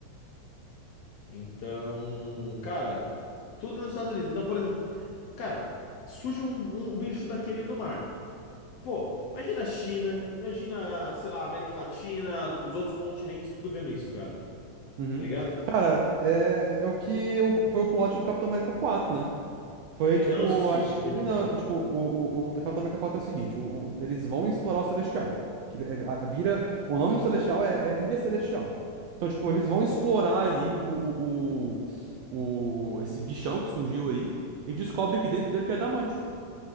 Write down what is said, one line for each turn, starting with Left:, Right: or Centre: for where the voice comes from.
Left: Então, cara, tudo nos Estados Unidos. Então, por exemplo, cara, surge um, um bicho daquele no mar. Pô, imagina a China, imagina, sei lá, a América Latina, os outros continentes, tudo vendo isso, cara.
Right: Uhum.
Left: Tá ligado?
Right: Cara, é, é o que eu- foi o plot do Capitão América quatro né? Foi tipo
Left: Eu não assisti,
Right: a
Left: infelizmente.
Right: China, tipo, o, o, o Cataca Atômica 4 é o seguinte, o, o- eles vão explorar o Celestial. Que ele- ele- a- vira, o nome do Celestial é, é Ilha Celestial. Então, tipo, eles vão explorar ali o, o, o, o- esse bichão que surgiu aí e descobre que dentro dele tem adamantio.